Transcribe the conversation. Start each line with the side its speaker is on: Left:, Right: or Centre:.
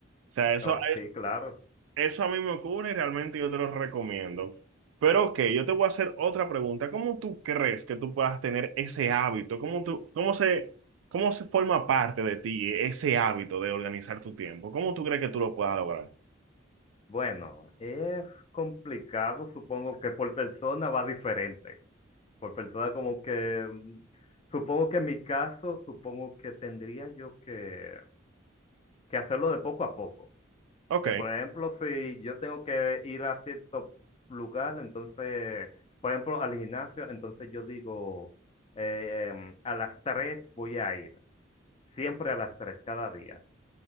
Right: sea, eso,
Left: Oh, sí, claro.
Right: eso a mí me ocurre y realmente yo te lo recomiendo. Pero ok, yo te voy a hacer otra pregunta. ¿Cómo tú crees que tú puedas tener ese hábito? ¿Cómo tú, cómo se, cómo se forma parte de ti ese hábito de organizar tu tiempo? ¿Cómo tú crees que tú lo puedas lograr?
Left: Bueno, es complicado, supongo que por persona va diferente. Por persona como que, mm, supongo que en mi caso, supongo que tendría yo que, que hacerlo de poco a poco.
Right: Ok,
Left: Que por ejemplo, si yo tengo que ir a cierto lugar, entonces, por ejemplo, al gimnasio, entonces yo digo, eh, em, a las 3 voy a ir, siempre a las 3 cada día.